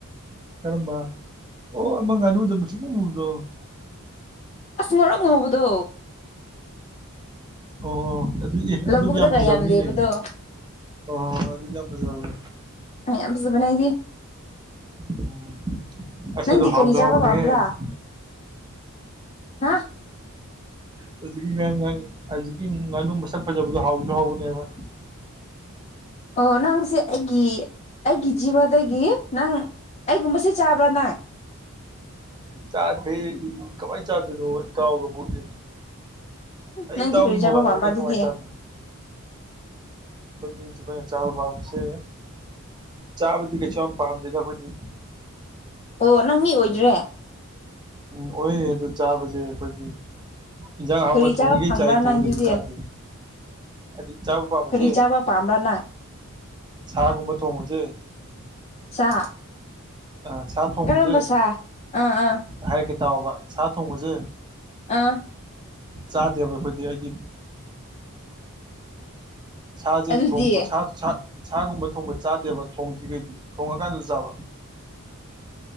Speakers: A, on the right; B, on the left.
A: ꯀꯔꯝꯕ ꯑꯣ ꯑꯃ ꯉꯥꯅꯨꯗ ꯃ ꯁꯨꯄꯃꯨꯕꯗꯣ
B: ꯑꯁ ꯉꯧꯔꯛ ꯉꯨꯍꯕꯗꯣ
A: ꯑꯣ ꯑꯗꯨꯗꯤ
B: ꯂꯧꯕꯨꯛꯗꯒ
A: ꯑꯗꯨꯗꯤ ꯌꯥꯝ ꯐꯖꯕꯅꯤꯅꯦ
B: ꯂꯩꯕꯗꯣ
A: ꯑ ꯑꯗꯨ ꯑꯗꯨꯗꯤꯄꯖꯅ
B: ꯃꯌꯥꯝ ꯐꯖꯕꯅꯦ ꯑꯩꯗꯤ
A: ꯎꯝ ꯑꯁ
B: ꯅꯗꯤ
A: ꯑꯗꯨ ꯍꯥꯎꯁꯨ
B: ꯀꯔꯤꯖꯕ
A: ꯍꯥꯎꯕꯅꯦꯍꯦ
B: ꯋꯥꯃꯔꯥ ꯍꯥ
A: ꯍꯧꯖꯤꯛꯀꯤ ꯉꯥꯡ ꯍꯧꯖꯤꯛꯀꯤ ꯉꯥꯅꯨ ꯃꯁꯛ ꯐꯖꯕꯗꯣ ꯍꯥꯎꯁꯨ ꯍꯥꯎꯒꯅꯦꯕ
B: ꯑꯣ ꯅꯪꯁꯦ ꯑꯩꯒꯤ ꯑꯩꯒꯤ ꯖꯤꯕꯗꯒꯤ ꯅꯪ ꯑꯩꯒꯨꯝꯕꯁꯦ ꯆꯥꯕ꯭ꯔꯥ ꯅꯪ
A: ꯆꯥꯗꯔꯤ ꯀꯃꯥꯏꯟ ꯆꯥꯗꯣꯏꯅꯣ ꯏꯇꯥꯎꯒꯕꯨ ꯏ ꯑꯩ
B: ꯅꯪꯗꯤ
A: ꯏꯇꯥꯎꯒꯤ
B: ꯀꯔꯤ ꯆꯥꯕ
A: ꯃꯣꯕꯥꯜꯗ
B: ꯄꯥꯝꯕ꯭ꯔꯥ
A: ꯑꯣꯀꯦ
B: ꯑꯗꯨꯗꯤ
A: ꯀꯃꯥꯏꯅ ꯆꯥꯗꯅꯣ
B: ꯎꯝ
A: ꯀ ꯀꯅ ꯆꯥꯕ ꯄꯕꯁ ꯆꯥꯕꯗꯤ ꯀꯩꯁꯨ ꯌꯥꯝ ꯄꯥꯝꯗꯦꯗ ꯑꯩꯈꯣꯏꯗꯤ
B: ꯑꯣ ꯅꯪ ꯃꯤ ꯑꯣꯏꯗ꯭ꯔꯦ
A: ꯎꯝ ꯑꯣꯏꯔꯦ ꯑꯗꯨ ꯆꯥꯕꯁꯦ ꯑꯩꯈꯣꯏꯒꯤ ꯏꯟꯖꯥꯡ ꯍꯥꯎꯕ
B: ꯀꯔꯤ
A: ꯊꯣꯡꯉꯤꯈꯩ
B: ꯆꯥꯕ ꯐꯪꯕ꯭ꯔꯥ
A: ꯆꯥꯏ ꯊꯣꯡꯗꯗꯤ
B: ꯅꯪꯗꯨꯗꯤ
A: ꯆꯥꯗꯦ ꯍꯥꯏꯗꯤ ꯆꯥꯕ ꯄꯥꯝꯕꯁꯦ
B: ꯀꯔꯤ ꯆꯥꯕ ꯄꯥꯝꯕ꯭ꯔꯥ ꯅꯪ
A: ꯁꯥꯒꯨꯝꯕ ꯊꯣꯡꯕꯁꯦ
B: ꯁꯥ
A: ꯁꯥ ꯊꯣꯡꯕꯁꯦ
B: ꯀꯔꯝꯕ ꯁꯥꯥ ꯑꯥ ꯑꯥ
A: ꯍꯥꯏꯔꯛꯀꯦ ꯇꯥꯎꯕ ꯁꯥ ꯊꯣꯡꯕꯁꯦ
B: ꯑꯥ
A: ꯆꯥꯗꯦꯕ ꯑꯩꯈꯣꯏꯗꯤ ꯑꯩꯗꯤ ꯁꯥꯁꯦ
B: ꯑꯗꯨꯗꯤ
A: ꯊꯣꯡꯕ ꯁꯥꯒꯨꯝꯕ ꯊꯣꯡꯕ ꯆꯥꯗꯦꯕ ꯊꯣꯡꯗ꯭ꯔꯤꯈꯩꯗꯤ ꯊꯣꯡꯉꯀꯥꯟꯗ ꯆꯥꯕ